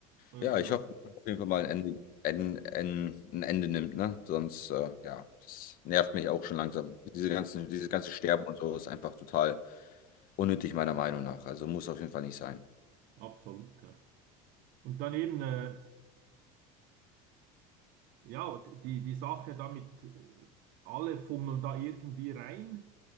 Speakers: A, on the right; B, on the left.
A: Also
B: Ja, ich hoffe, dass auf jeden Fall mal ein Ende, ein, ein, ein Ende nimmt, ne? Sonst, äh, ja, das nervt mich auch schon langsam. Diese ganzen, dieses ganze Sterben und so ist einfach total unnötig, meiner Meinung nach. Also muss auf jeden Fall nicht sein.
A: absolut. Ja. Und dann eben, äh, ja, die, die Sache damit, äh, alle fummeln da irgendwie rein,